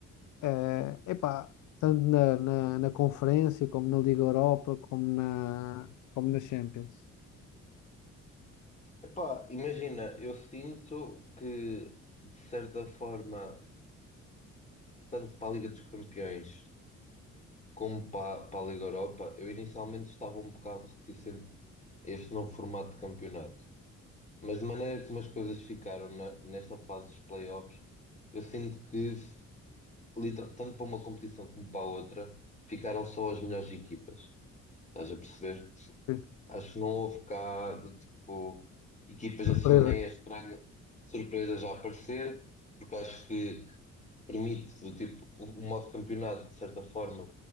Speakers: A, on the left; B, on the left.
A: Eh, epá, tanto na, na, na conferência, como na Liga Europa, como na, como na Champions.
B: Epá, imagina, eu sinto que, de certa forma, tanto para a Liga dos Campeões como para, para a Liga Europa, eu inicialmente estava um bocado reticente a este novo formato de campeonato. Mas de maneira como as coisas ficaram na- nesta fase dos playoffs, eu sinto que, liter- tanto para uma competição como para a outra, ficaram só as melhores equipas. Estás a perceber?
A: Sim.
B: Acho que não houve cá de tipo equipas
A: Surpresa.
B: assim meio estranhas, surpresas a aparecer, porque acho que permite do tipo, o o modo campeonato, de certa forma,